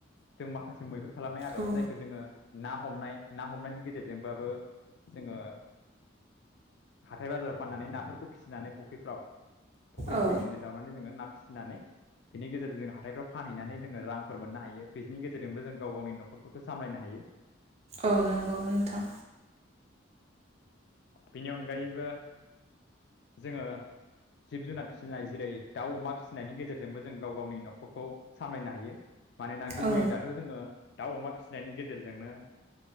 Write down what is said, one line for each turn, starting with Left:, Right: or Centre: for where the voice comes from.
Left: जों माखासे मैहुर खालामनाय आदब
Right: औ
Left: जायखौ जोङो ना हमनाय ना हमनायनि गेजेरजोंबाबो जोङो हाथाय बाजाराव फाननानै नाफोरखौ फिसिनानै फख्रिफ्राव फ'ख्रि
Right: औ
Left: गिदिर गिदिर जावनानै जोङो ना फिसिनानै बिनि गेजेरजों जों हाथायफ्राव फानहैनानै जोङो रांफोर मोननो हायो बिनि गेजेरजोंबो जों गाव गावनि न'खरफोरखौ सामलायनो हायो।
Right: औ नोंगौ नोंथां।
Left: बेनि अनगायैबो जोङो जिब जुनार फिसिनाय जेरै दाउ अमा फिसिनायनि गेजेरजोंबो जों गाव गावनि न'खरखौ सामलायनो हायो। मानोना गुबै
Right: औ
Left: दाथ' जोङो दाउ अमा फिसिनायनि गेजेरजोंनो